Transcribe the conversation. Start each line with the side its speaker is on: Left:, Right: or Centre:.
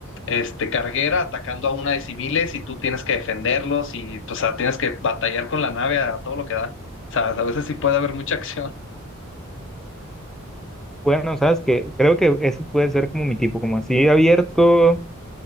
Left: este, carguera atacando a una de civiles y tú tienes que defenderlos y o sea, tienes que batallar con la nave a todo lo que da. O sea, a veces sí puede haber mucha <laughs> acción.
Centre: Bueno, sabes que creo que ese puede ser como mi tipo, como así abierto,